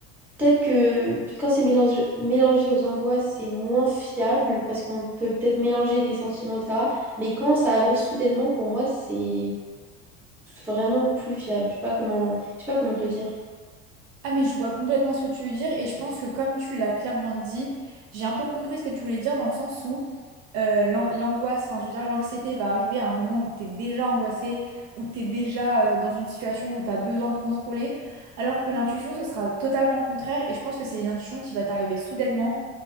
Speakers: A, in the centre; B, on the right.
A: Peut-être que quand c'est mélangé, mélangé aux angoisses, c'est moins fiable parce qu'on peut peut-être mélanger des sentiments, etc. Mais quand ça arrive soudainement, pour moi, c'est vraiment plus fiable. Je sais pas comment, je sais pas comment te le dire.
B: Ah mais je vois complètement ce que tu veux dire et je pense que comme tu l'as clairement dit, j'ai un peu compris ce que tu voulais dire dans le sens où euh, l'an- l'angoisse, enfin je veux dire l'anxiété va arriver à un moment où t'es déjà angoissé, où t'es déjà euh, dans une situation où t'as besoin de contrôler, alors que l'intuition ce sera totalement le contraire et je pense que c'est une intuition qui va t'arriver soudainement